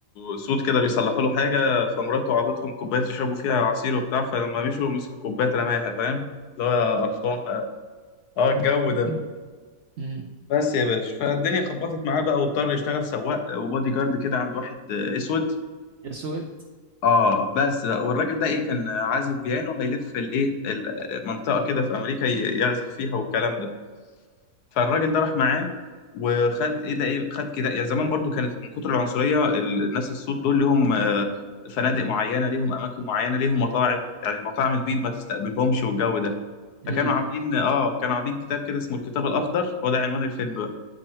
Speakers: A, on the left; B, on the right.
A: سود كده بيصلحوا له حاجة فمراته عطتهم كوباية يشربوا فيها عصير وبتاع فلما مشوا مسكوا الكوباية رماها فاهم اللي هو قرفان بقى اه الجو
B: <laughs>
A: ده
B: امم
A: بس يا باشا فالدنيا خبطت معاه بقى واضطر يشتغل سواق وبادي جارد كده عند واحد آه، اسود
B: أسود
A: اه بس بقى والراجل ده ايه كان عازف بيانو هيلف الايه المنطقه كده في امريكا ي- يعزف فيها والكلام ده فالراجل ده راح معاه وخد ايه ده ايه خد كده يعني زمان برضو كانت من كتر العنصريه ال- الناس السود دول ليهم آه، فنادق معينه ليهم اماكن معينه ليهم مطاعم يعني المطاعم البيض ما تستقبلهمش والجو ده فكانوا
B: أمم
A: عاملين اه كانوا عاملين كتاب كده اسمه الكتاب الاخضر هو ده عنوان الفيلم